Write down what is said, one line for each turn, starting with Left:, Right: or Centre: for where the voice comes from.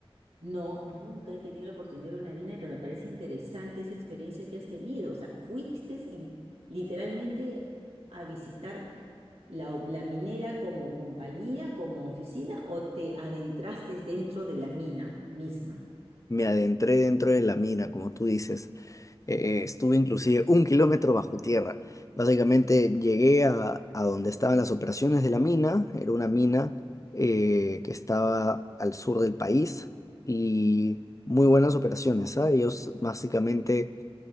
Right: No, nunca he tenido la oportunidad de ver una vina, pero me parece interesante esa experiencia que has tenido. O sea, fuiste li- literalmente a visitar la, o- la minera como compañía, como oficina, o te adentraste dentro de la mina misma.
Left: Me adentré dentro de la mina, como tú dices. Eh, estuve inclusive un kilómetro bajo tierra. Básicamente llegué a, a donde estaban las operaciones de la mina. Era una mina eh, que estaba al sur del país y muy buenas operaciones, ¿ah? Ellos básicamente